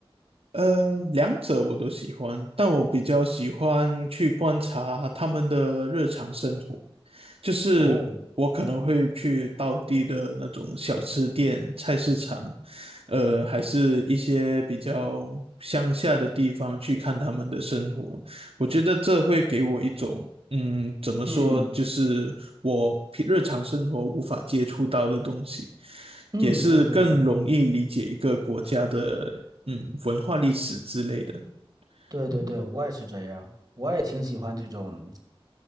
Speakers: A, on the right (about 70°); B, on the right (about 40°).
A: 呃，两者我都喜欢，但我比较喜欢去观察他们的日常生活。就是我可能会去当地的那种小吃店、
B: 哦，
A: 菜市场，呃，还是一些比较乡下的地方去看他们的生活。我觉得这会给我一种，嗯，怎么说，
B: 嗯
A: 就是我平日常生活无法接触到的东西，
B: 嗯，
A: 也是更容易理解一个国家的，
B: 对对对，
A: 嗯，文化历史之类的。
B: 对对对，
A: 嗯，
B: 我也是这样，我也挺喜欢这种，